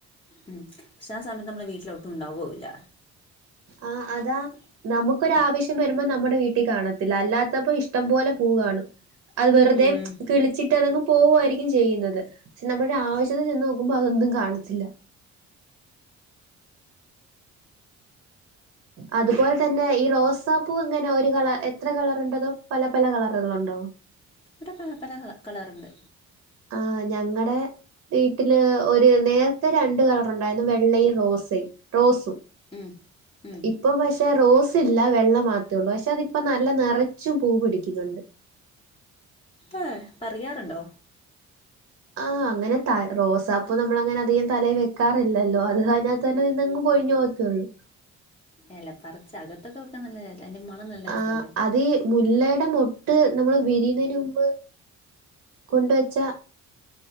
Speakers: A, on the left; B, on the right.
A: ഉം പക്ഷെ ആസമയത്ത് നമ്മളെ വീട്ടില് ഒട്ടും ഉണ്ടാവൂല്ല
B: ആഹ് അതാ നമുക്കൊരു ആവശ്യം വരുമ്പോ നമ്മുടെ വീട്ടി കാണത്തില്ല അല്ലാത്തപ്പോ ഇഷ്ടം പോലെ പൂ കാണും അത് വെറുതെ
A: ഉം
B: കിളിച്ചിട്ട് അതങ്ങ് പോവായിരിക്കും ചെയ്യുന്നത് പക്ഷെ നമ്മളുടെ ആവശ്യത്തിന് ചെന്നോക്കുമ്പോ അതൊന്നും കാണത്തില്ല അതുപോലെ തന്നെ ഈ റോസാ പൂ എങ്ങനെ ഒരു കളർ എത്ര കളർണ്ടതോ പല പല കളറ്ള്ളത്ണ്ടോ
A: ഇവിടെ പ പല കളറ്ണ്ട്
B: ആഹ് ഞങ്ങടെ വീട്ടില് ഒരു നേര്ത്തെ രണ്ട് കളറ് ഉണ്ടായിരുന്നു വെള്ളയും റോസയും റോസും
A: ഉം ഉം
B: ഇപ്പം പക്ഷെ റോസ് ഇല്ല വെള്ള മാത്രേള്ളൂ പക്ഷെ അതിപ്പ നല്ല നിറച്ചും പൂ പിടിക്കുന്നുണ്ട്
A: അഹ് പറിയാറുണ്ടോ
B: ആഹ് അങ്ങനെ ത റോസാപ്പൂ നമ്മൾ അങ്ങനെ അധികം തലയില് വെക്കാറില്ലല്ലോ അത് <unintelligible> തന്നെ നിന്നങ്ങ് പൊഴിഞ്ഞ് പോകാത്തെയുള്ളു
A: എല പറിച്ച് അകത്തൊക്കെ വെക്കാൻ നല്ല അതിന്റെ മണം നല്ല
B: ആഹ്
A: രസല്ലേ
B: അത് ഈ മുല്ലയുടെ മൊട്ട് നമ്മള് വിരിയുന്നേന് മുമ്പ് കൊണ്ടുവെച്ച